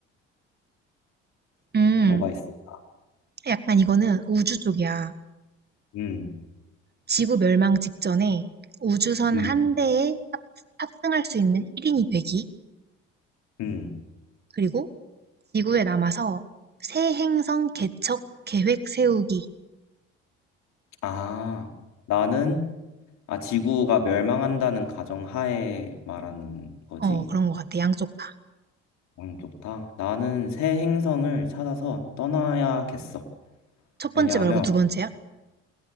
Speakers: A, on the right; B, on the left.
A: 음,
B: 뭐가 있을까?
A: 약간 이거는 우주 쪽이야.
B: 음,
A: 지구 멸망 직전에 우주선
B: 음,
A: 한 대에 탑- 탑승할 수 있는 1인이 되기.
B: 음.
A: 그리고 지구에 남아서 새 행성 개척 계획 세우기.
B: 아, 나는, 아, 지구가 멸망한다는 가정하에 말하는 거지?
A: 어, 그런 것 같아. 양쪽 다.
B: 음, 좋다. 나는 새 행성을 찾아서 떠나야겠어.
A: 첫 번째
B: 왜냐하면,
A: 말고 두 번째야?